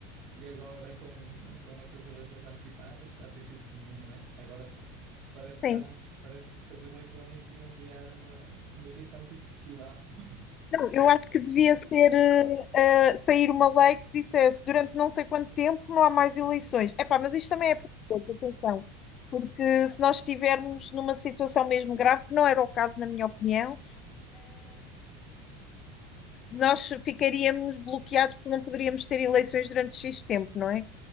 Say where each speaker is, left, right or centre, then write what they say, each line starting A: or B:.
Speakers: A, on the right; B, on the left.
A: e agora com, com estas eleições antecipadas, que já tem sido comum, não é? Agora isto parece que estamos,
B: Sim.
A: parece que as eleições deviam criar uma, uma edição tipo festival. <laughs>
B: Não, eu acho
A: Da-
B: que devia ser eh, eh, sair uma lei que dissesse durante não sei quanto tempo não há mais eleições. Epá, mas isto também é perigoso, atenção, porque se nós estivermos numa situação mesmo grave, que não era o caso, na minha opinião. nós ficaríamos bloqueados porque não poderíamos ter eleições durante X tempo, não é?